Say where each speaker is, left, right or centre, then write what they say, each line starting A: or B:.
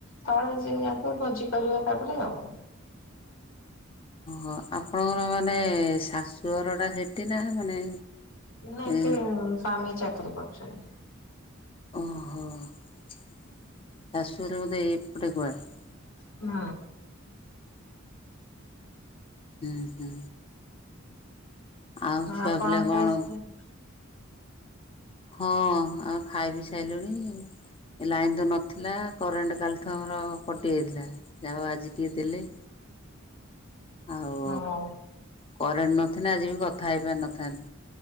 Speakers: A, on the left; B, on the left.
A: ତଳେ ଜିଏ ଯାଇଥିବ ଭୋଜି କରିବ ତାପରେ ଆଉ।
B: ହଁ ଆପଣଙ୍କର ମାନେ ଶାଶୁ ଘର ଟା ସେଠି ନା ମାନେ?
A: ନାଁ ଏଠି
B: ଏ
A: ସ୍ୱାମୀ ଚାକିରି କରିଚନ୍ତି।
B: ଓହୋ ଶାଶୁ ଘର ବୋଧେ ଏପଟେ କୁଆଡେ।
A: ହୁଁ।
B: ଉଁହୁଁ। ଆଉ ଛୁଆ
A: ଆପଣ
B: ପିଲା
A: ଖାଇସାରିଲେଣି?
B: କଣ। ହଁ ଆଉ ଖାଇ ପିଇ ସାଇଲୁଣି। ଏ ଲାଇନ୍ ତ ନଥିଲା କରେଣ୍ଟ କାଲିଠୁ ଆମର କଟିଯାଇଥିଲା ଯାହା ହୋଉ ଆଜି ଟିକେ ଦେଲେ। ଆଉ
A: ହଁ
B: କରେଣ୍ଟ ନଥିଲେ ଆଜି ବି କଥା ହେଇପାରିନଥାନ୍ତି।